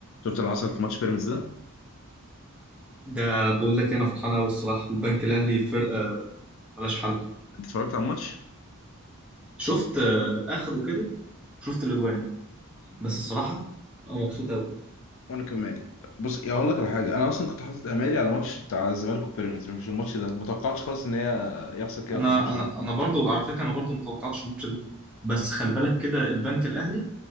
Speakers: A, on the left (about 65°); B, in the centre.
A: شفت اللي حصل في ماتش بيراميدز ده
B: ده بقول لك إيه، انا فرحان قوي الصراحه البنك الاهلي فرقه ملهاش حل
A: انت اتفرجت على الماتش
B: شفت آه، اخره كده شفت الاجوان بس الصراحه انا مبسوط قوي
A: وانا كمان بص يا اقول لك على حاجه انا اصلا كنت حاطط امالي على ماتش بتاع الزمالك وبيراميدز مش الماتش ده متوقعتش خالص ان هي يحصل كده
B: انا
A: في الماتش
B: انا
A: ده
B: انا برضو على فكره انا برضو متوقعتش الماتش ده بس خلي بالك كده البنك الاهلي